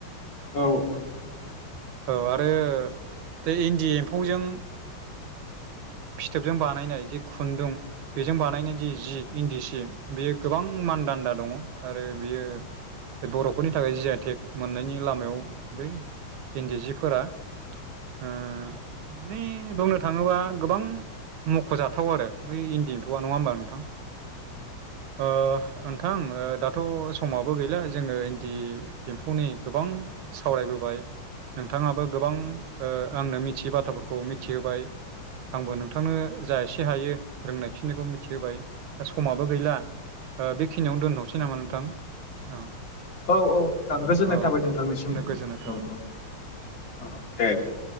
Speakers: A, on the left (about 75°); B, on the right (about 80°).
A: औ ओ
B: औ आरो बे इन्दि एम्फौजों फिथोबजों बानायनाय जि खुन्दुं बेजों बानायनाय जि जि इन्दि सि बेयो गोबां मानदान्दा दङ आरो बेयो बर'फोरनि थाखाय जि आइ टेग मोननायनि लामायाव बे इन्दि सिफोरा ओ माने बुंनो थाङोब गोबां मख'जाथाव आरो बै इन्दि एम्फौआ नङा होमबा नोंथां ओ नोंथां दाथ' समाबो गैला जोङो इन्दि एम्फौनि गोबां सावरायबोबाय नोंथाङाबो गोबां ओ आंनो मिथियै बाथ्राफोरखौ मिथिहोबाय आंबो नोंथांनो जा एसे हायो रोंनाय बेखिनिखौ मिथिहोबाय दा समाबो गैला ओ बेखिनियावनो दोनथ'सै नामा नोंथां औ
A: औ औ नोंथां गोजोननाय
B: औ
A: थाबाय नोंथांनिसिम
B: नो गोजोननाय थाबाय।
A: औ औ दे दे